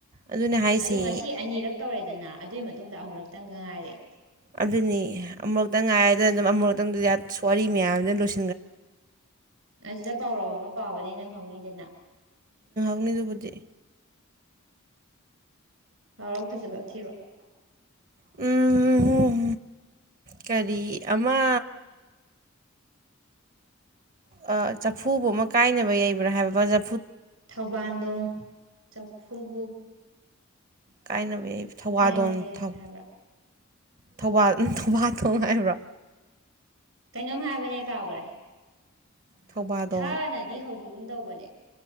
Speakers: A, on the right; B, on the right.
A: ꯑꯗꯨꯅꯦ ꯍꯥꯏꯁꯦ
B: ꯑꯗꯣ ꯉꯁꯤ ꯑꯅꯤꯔꯛ ꯇꯧꯔꯦꯗꯅ ꯑꯗꯨꯒꯤ ꯃꯇꯨꯡꯗ ꯑꯃꯨꯔꯛꯇꯪꯒ ꯉꯥꯏꯔꯦ
A: ꯑꯗꯨꯅꯤ ꯑꯃꯨꯛꯇ ꯉꯥꯏꯗꯅ ꯑꯗꯨꯝ ꯑꯃ ꯈꯤꯇꯪ ꯋꯥꯔꯤ ꯃꯌꯥꯝꯅ ꯂꯣꯏ
B: ꯑꯗꯨꯗ ꯄꯥꯎꯔꯧ ꯑꯃ ꯄꯥꯕꯅꯦ ꯅꯪ ꯍꯧꯅꯤꯗꯅ
A: ꯅꯤ ꯗꯨꯕꯨꯗꯤ
B: ꯍꯥꯎꯔꯥꯎ ꯐꯖꯕ ꯑꯃ ꯊꯤꯔꯛꯑꯣ
A: ꯎꯝ ꯀꯔꯤ ꯃꯥ ꯑ ꯆꯐꯨꯕꯨ ꯑꯃ ꯀꯥꯏꯅꯕ ꯌꯩꯕ꯭ꯔꯥ ꯍꯥꯏꯕ ꯐꯖ
B: ꯊꯧꯕꯥꯟꯗꯣꯡ ꯆꯐꯨꯕꯨ
A: ꯀꯥꯏꯅ ꯑꯩ ꯊꯧꯋꯥꯗꯣꯟ
B: ꯀꯥꯏꯅꯕ ꯌꯥꯏꯕ
A: ꯊꯧ
B: ꯍꯥꯏꯕ꯭ꯔꯥ
A: ꯊꯧꯕꯥꯜ ꯊꯧꯕꯥꯟꯊꯣꯡ ꯍꯥꯏꯕ꯭ꯔꯣ?
B: ꯀꯩꯅꯣꯝ ꯍꯥꯏꯕꯅꯦ ꯑꯩ ꯀꯥꯎꯒꯔꯦ꯫
A: ꯊꯧꯕꯥꯗꯣꯡ
B: ꯊꯥꯅꯗꯤ ꯍꯧꯒꯤꯒꯨꯝ ꯇꯧꯕꯅꯦ꯫